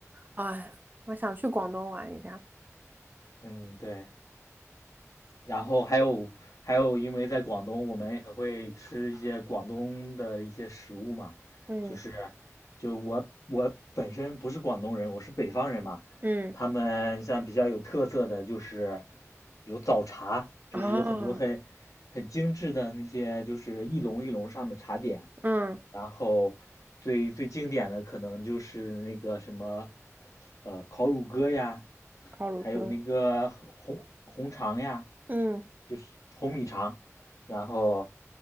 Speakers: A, on the right; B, on the left.
A: 哎，我想去广东玩一下。
B: <laughs> 嗯，对。然后还有还有，因为在广东，我们也很会吃一些广东的一些食物嘛，
A: 嗯
B: 就是就我我本身不是广东人，我是北方人嘛，
A: 嗯
B: 他们像比较有特色的就是有早茶，就是有很多很
A: 啊
B: 很精致的那些就是一笼一笼上的茶点，
A: 嗯
B: 然后最最经典的可能就是那个什么呃烤乳鸽呀，
A: 烤乳鸽，
B: 还有那个红红肠呀。
A: 嗯
B: 就是红米肠，然后